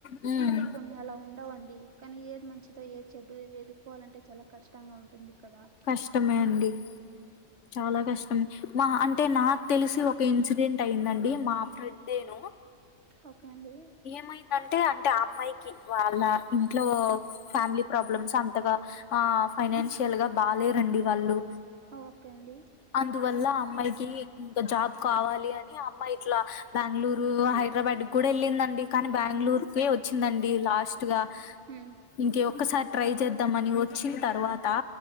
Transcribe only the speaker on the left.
హ్మ్
కష్టమే అండి చాలా కష్టమ్ మా అంటే నాకు తెలిసి ఒక ఇన్సిడెంట్ టైందండి మా ఫ్రెండేను
ఏమైందంటే అంటే ఆ అమ్మాయికి వాళ్ళ ఇంట్లో ఫ్యామిలీ ప్రాబ్లమ్స్ అంతగా ఆ ఫైనాన్షి యల్గా బాలేరండి వాళ్ళు
అందువల్ల అమ్మాయికి ఇంకా జాబ్ కావాలి అని అమ్మాయి ఇట్లా బాంగ్ళూరు హైడ్రాబాడ్ కూడెళ్ళిందండి కానీ బాంగ్ళూర్కీ వచ్చిందండి లాస్ట్ గా
ఇంకీ ఒక్కసారి ట్రై చేద్దామని ఒచ్చిన తర్వాత